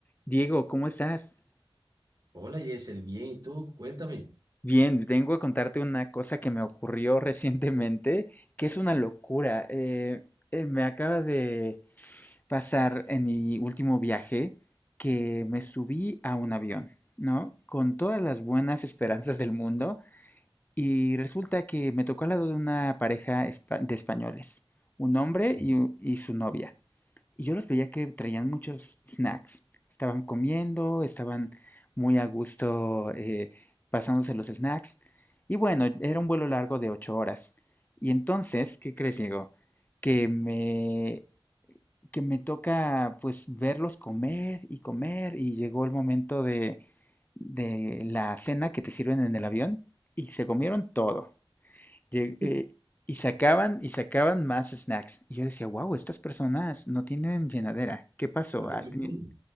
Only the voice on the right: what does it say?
Hola Yesel, bien, ¿y tú? Cuéntame.
Sí.
<laughs>
No
tiene
fondo.